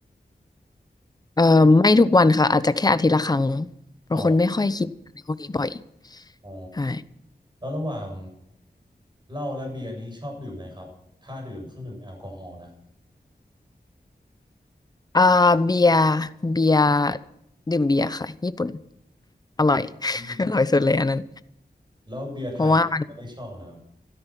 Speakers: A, on the left (about 25°); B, on the right (about 25°).
A: เอ่อไม่ทุกวันค่ะอาจจะแค่อาทิตย์ละครั้งเพราะคนไม่ค่อยคิดอะไรพวกนี้บ่อย
B: อ๋ออ๋อ
A: ใช่
B: แล้วระหว่างเหล้าและเบียร์นี้ชอบดื่มเลยครับถ้าดื่มเครื่องดื่มแอลกอฮอล์นะ
A: อ่าเบียร์เบียร์ดื่มเบียร์ค่ะญี่ปุ่นอร่อย
B: อืม
A: <laughs> อร่อยสุดเลยอันนั้น
B: แล้วเบียร์ไทยไม่ได้ชอบนะครับ
A: เพราะว่า